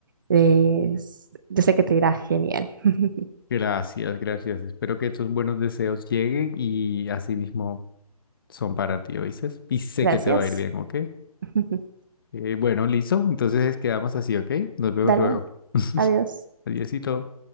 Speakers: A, on the right; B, on the left.
A: es- yo sé que te irá genial. <laughs>
B: Gracias, gracias. Espero que tus buenos deseos lleguen y así mismo son para ti, ¿oíste? Y sé
A: Gracias.
B: que te va a ir bien, ¿ok?
A: <laughs>
B: Eh, bueno, listo. Entonces quedamos así, ¿ok? Nos vemos
A: Dale,
B: luego. <laughs>
A: adiós.
B: Adiósito.